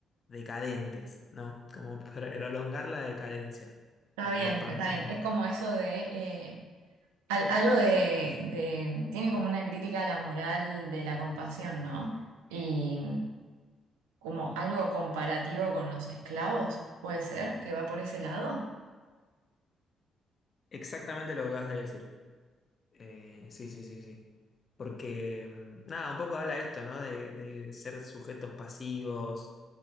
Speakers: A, on the left; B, on the right.
A: decadentes, ¿no? Como prolongar la decadencia
B: Está
A: eh,
B: bien,
A: y apagar
B: está
A: como-
B: bien. Es como eso de... eh, Al- algo de, de- Tiene como una crítica a la moral de la compasión, ¿no? Y como algo comparativo con los esclavos, puede ser que va por ese lado.
A: exactamente lo que acabas de decir. Eh, sí, sí, sí, sí. Porque, mm, nada, un poco habla esto, ¿no? De, de ser sujetos pasivos